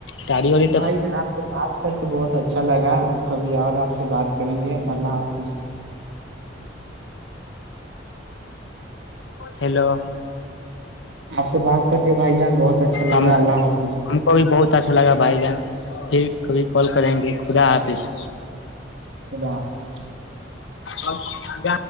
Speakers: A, on the left; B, on the right.
A: گاڑی واڈی
B: بھائی جان آپ سے بات کر کے بہت اچھا لگا کبھی اور آپ سے بات کریں گے اللہ حافظ
A: ہیلو
B: آپ سے بات کر کے بائی جان بہت اچھا لگا
A: ہم
B: اللہ حافظ
A: ہم کو بھی بہت اچھا لگا بھائی جان پھر کبھی کال کریں گے خدا حافظ
B: خدا حافظ
A: ا گ